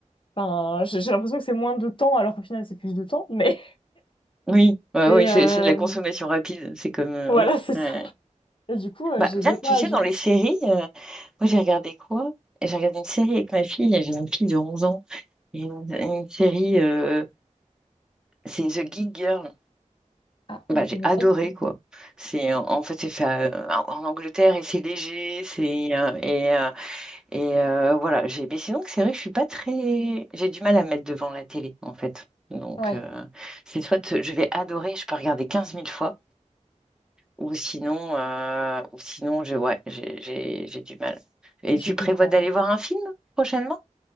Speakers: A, on the left; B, in the centre.
A: enfin, j'ai j'ai l'impression que c'est moins de temps, alors qu'au final, c'est plus de temps. Mais
B: Oui,
A: <laughs>
B: ouais, oui,
A: et,
B: c'est
A: euh,
B: c'est de la consommation rapide. C'est comme euh,
A: voilà,
B: oui.
A: c'est
B: ouais.
A: ça. Et du coup, euh,
B: Bah,
A: j'ai
B: bien
A: des fois
B: que tu sais,
A: du...
B: dans
A: mal.
B: les séries, euh, moi j'ai regardé quoi? J'ai regardé une série avec ma fille, j'ai une fille de 11 ans, et une, une série, euh, c'est The Geek Girl.
A: Ah,
B: Bah,
A: je
B: j'ai
A: connais
B: adoré
A: pas du tout.
B: quoi. C'est en en fait c'est fait euh, en Angleterre et c'est léger, c'est euh, et, euh, et euh, voilà. J'ai mais sinon c'est vrai que je suis pas très, j'ai du mal à me mettre devant la télé en fait. Donc
A: Ouais,
B: euh, c'est soit je vais adorer, je peux regarder quinze mille fois. Ou sinon, euh, ou sinon, j'ai ouais, j'ai j'ai- j'ai du mal. Et
A: je
B: tu
A: comprends.
B: prévois d'aller voir un film prochainement?